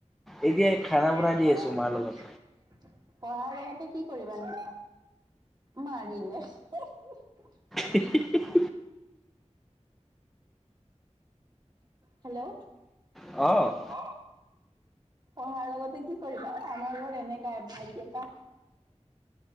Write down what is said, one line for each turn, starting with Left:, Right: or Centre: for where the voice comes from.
Centre: এতিয়া খানা বনাই
Right: এতিয়া
Centre: দি আছো
Right: <unintelligible> পঢ়া
Centre: মাৰ
Right: শুনাত
Centre: লগত
Right: ব্যস্ত পঢ়াৰ লগতে কি কৰিবানো? মাৰিলে <unintelligible>
Centre: হি হি হি
Right: হেল্ল'
Centre: অ
Right: অ পঢ়াৰ লগতে কি কৰিবা অ আমাৰ ঘৰত এনেকাই ভাইটি এটা